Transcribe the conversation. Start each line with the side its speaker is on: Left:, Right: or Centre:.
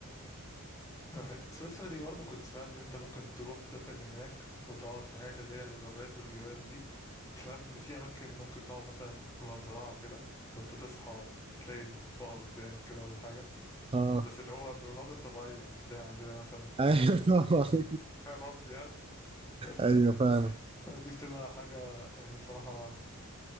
Left: لو حتة سويسرا دي برضه كنت سمعت إن أنت ممكن تروح تسافر هناك وتقعد في حتة اللي هي الغابات والجبال دي سمعت إن في أماكن ممكن تقعد مثلا في مزرعة كده وأنت تصحى تلاقي البقر قدامك كده ولا حاجة
Right: اه
Left: هو بس اللي هو بمناظر طبيعية مش زي عندنا مثلا
Right: ايوه
Left: في مصر
Right: طبعا <laughs>
Left: فاهم قصدي يعني بس
Right: ايوه فعلا
Left: دي بتبقى حاجة يعني صراحة